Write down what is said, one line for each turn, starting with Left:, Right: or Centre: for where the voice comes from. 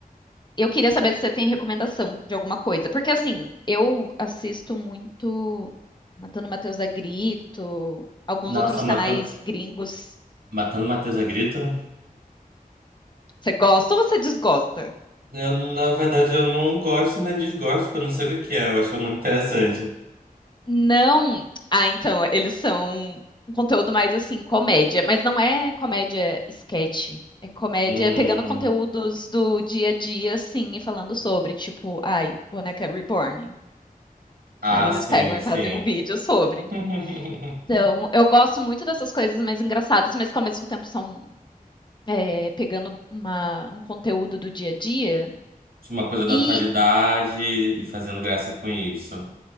Left: Eu queria saber se você tem recomendação de alguma coisa, porque assim, eu assisto muito Matando Matheus a Grito, alguns
Right: Nossa,
Left: outros
Right: matando,
Left: canais gringos.
Right: matando Matheus a grito.
Left: Você gosta ou você desgosta?
Right: Eu, na verdade, eu não gosto nem desgosto, porque eu não sei o que que é, eu acho muito interessante.
Left: Não. Ah, então, eles são um conteúdo mais assim, comédia, mas não é comédia sketch. É comédia
Right: Hum,
Left: pegando conteúdos do dia a dia, assim, e falando sobre, tipo, ai, boneca reborn.
Right: ah,
Left: Aí eles
Right: sim,
Left: pegam e
Right: sim.
Left: fazem um vídeo sobre.
Right: <laughs>
Left: Então, eu gosto muito dessas coisas mais engraçadas, mas que ao mesmo tempo são é, pegando uma, um conteúdo do dia a dia.
Right: De Uma coisa da
Left: E,
Right: atualidade e fazendo graça com isso.